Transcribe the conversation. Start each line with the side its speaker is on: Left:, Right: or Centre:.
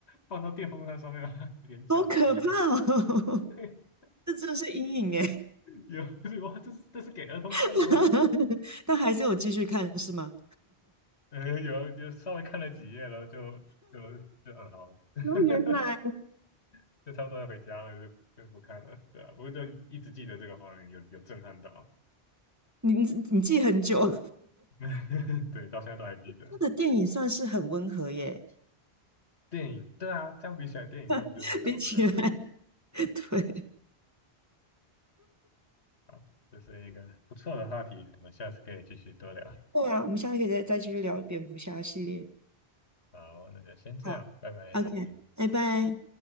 Left: 放到电风扇上面，把他脸搅拌。
Right: 好可怕哦，
Left: <laughs>
Right: <laughs> 这真的是阴影哎。
Left: 有哇，这是这是给儿童看的吗？
Right: <laughs> 但还是有继续看是吗？
Left: 呃，有有稍微看了几页，然后就就就嗯好了，<laughs>
Right: 哦，原来
Left: 就差不多要回家了，就就不看了。对啊，不过就一直记得这个画面，有有震撼到，
Right: 你你你记很久。
Left: <laughs> 对，到现在都还记得。
Right: 他的电影算是很温和耶。
Left: 电影，对啊，这样比起来，电影跟我就是小儿科。
Right: <laughs> 比起来，<laughs> 对
Left: 好，这是一个不错的话题，我们下次可以继续多聊。
Right: 对啊，我们下次可以再再继续聊蝙蝠侠系列。
Left: 好，那就先这样，
Right: 好，OK，
Left: 拜拜。
Right: 拜拜。